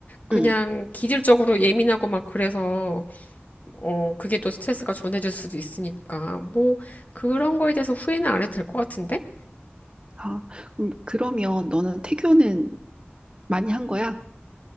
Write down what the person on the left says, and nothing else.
그냥
기질적으로 예민하고 막 그래서 어 그게 또 스트레스가 전해질 수도 있으니까 뭐 그런 거에 대해서 후회는 안 해도 될 것 같은데?